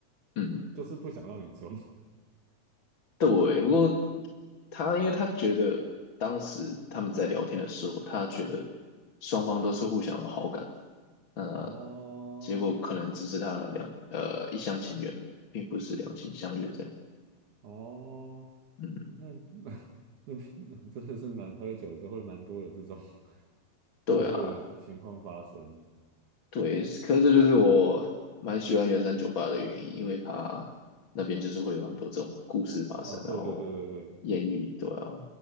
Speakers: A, on the left; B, on the right.
A: 嗯。
B: 就是不想让你追
A: 对，不过他因为他觉得当时他们在聊天的时候，他觉得双方都是互相有好感，那
B: <laughs> 哦
A: 结果可能只是他两呃一厢情愿了，并不是两情相悦这样。
B: 哦，
A: 嗯，
B: 那那 <laughs> 那那真的是蛮喝酒之后会蛮多有这种 <laughs>
A: 对啊，
B: 误会的情况发生
A: 对，可是这就是我蛮喜欢圆山酒吧的原因，因为他那边就是会有很多这种故事发生，
B: 哦，
A: 然后
B: 对对对对对，
A: 艳遇，对啊，